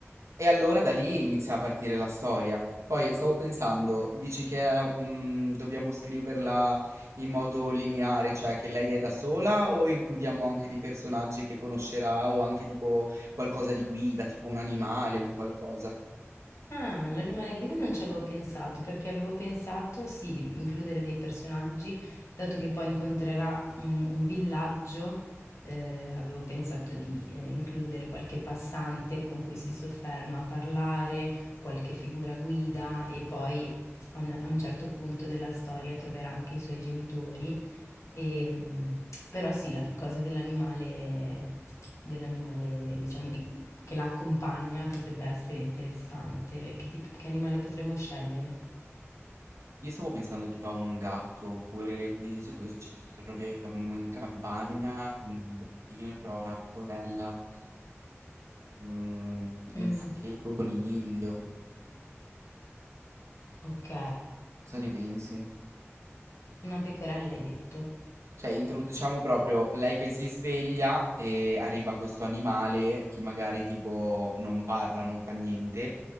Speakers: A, on the right; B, on the left.
A: E allora da lì inizia a partire la storia. Poi stavo pensando, dici che è, mm, dobbiamo scriverla in modo lineare, cioè che lei è da sola o includiamo anche dei personaggi che conoscerà o anche tipo qualcosa di guida, tipo un animale, un qualcosa.
B: Ah, l'animale guida non ci avevo pensato, perché avevo pensato sì di includere dei personaggi, dato che poi incontrerà un, un villaggio, eh, avevo pensato di eh, includere qualche passante con cui si sofferma a parlare, qualche figura guida e poi a un, a un certo punto della storia troverà anche i suoi genitori. E, mm, però sì, la cosa dell'animale, dell'animale, diciamo, di che la accompagna potrebbe essere interessante. Che, tipo, che animale potremmo scegliere?
A: Io stavo pensando tipo a un gatto, oppure visto che ci troviamo in campagna, un bottino, però una corella, mm, un
B: Mm,
A: fuoco, coniglio.
B: ok,
A: Cosa ne pensi?
B: una pecorella hai detto.
A: Cioè, introduciamo proprio lei che si sveglia e arriva questo animale che magari tipo non parla, non fa niente,